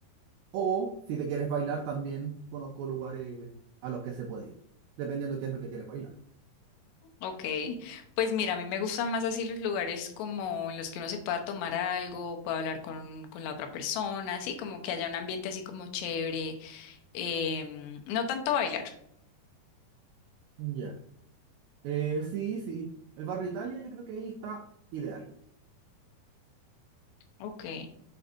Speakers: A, on the right; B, on the left.
A: O si te quieres bailar también, conozco lugares eh, a los que se puede ir, dependiendo qué es lo que quieres bailar.
B: Ok, pues mira, a mí me gustan más así los lugares como en los que uno se pueda tomar algo, pueda hablar con, con la otra persona, así como que haya un ambiente así como chévere, em, no tanto bailar.
A: Ya. Eh, sí, sí. El barrio Italia yo creo que ahí está ideal.
B: Ok.